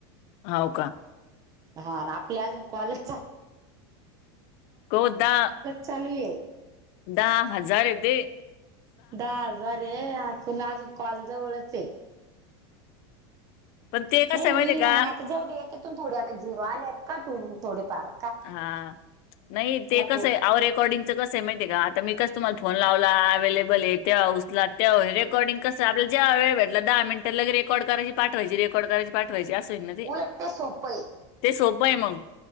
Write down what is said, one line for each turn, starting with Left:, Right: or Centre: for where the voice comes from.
Left: हाव का?
Right: हा आपले अजून कॉलच
Left: को दहा
Right: चालू आहे
Left: दहा हजार येते.
Right: दहा हजारे आपल अजून कॉलजवळच ये.
Left: पण ते कसं
Right: नाही होईल
Left: आहे माहितीये का
Right: ना मग आता जाऊ दे याच्यातून थोडे आता झिरो आलेत का तुम्ही थोडे फार.
Left: हा नाही ते कसं
Right: पो
Left: आहे आहो रेकॉर्डिंग त्याच कसं आहे माहितीय का आता मी कसं तुम्हाला फोन लावला अव्हेलेबल आहे तेवा उचलाल तेवा हे रेकॉडिंग कस आपल्याला जेव्हा वेळ भेटला दहा मिनट रेकॉर्ड करायची पाठवायची रेकॉर्ड करायची पाठवायची असंय ना.
Right: उलट ते सोप आहे
Left: ते सोपं आहे मग ते